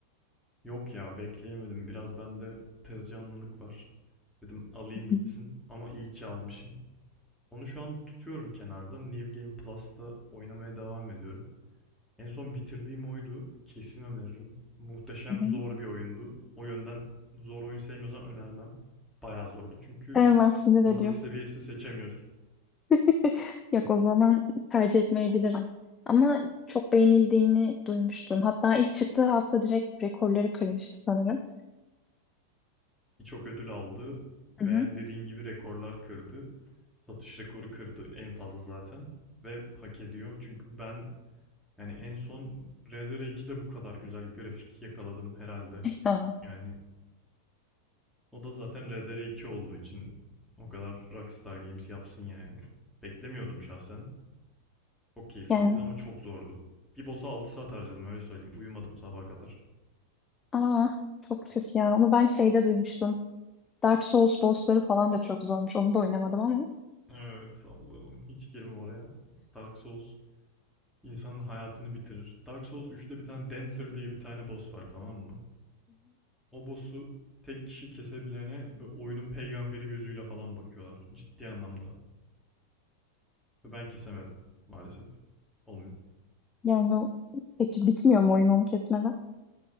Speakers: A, in the centre; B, on the left (about 20°).
A: Yok ya bekleyemedim. Biraz bende tezcanlılık var. Dedim alayım gitsin.
B: Hı
A: Ama iyi ki almışım. Onu şu an tutuyorum kenarda. New Game Plus'ta oynamaya devam ediyorum. En son bitirdiğim oydu. Kesin öneririm. Muhteşem
B: hı.
A: zor bir oyundu. O yönden zor oyun sevmiyorsan önermem. Bayağı zordu çünkü
B: Sevmem sinir
A: zorluk
B: ediyor.
A: seviyesi seçemiyorsun.
B: <laughs> Yok o zaman tercih etmeyebilirim. Ama çok beğenildiğini duymuştum. Hatta ilk çıktığı hafta direkt rekorları kırmıştı sanırım.
A: Birçok ödül aldı ve
B: Hı hı.
A: dediğin gibi rekorlar kırdı. Satış rekoru kırdı en fazla zaten ve hak ediyor. Çünkü ben yani en son RDR2'de bu kadar güzel grafik yakaladım herhalde.
B: Aa,
A: Yani O da zaten RDR2 olduğu için o kadar Rockstar Games yapsın yani. Beklemiyordum şahsen. Çok keyifliydi
B: yani
A: ama çok zordu. Bir boss'a 6 saat harcadım öyle söyleyeyim. Uyumadım sabaha kadar.
B: aa, çok kötü ya. Onu ben şeyde duymuştum. Dark Souls bossları falan da çok zormuş. Onu da oynamadım ama.
A: Evet Allah'ım hiç girme oraya. Dark Souls insanın hayatını bitirir. Dark Souls üçte bir tane Dancer diye bir tane boss var tamam mı? O boss'u tek kişi kesebilene oyunun peygamberi gözüyle falan bakıyorlar. Ciddi anlamda. Ve ben kesemedim maalesef. Olmuyor.
B: Yani o peki bitmiyor mu oyun onu kesmeden?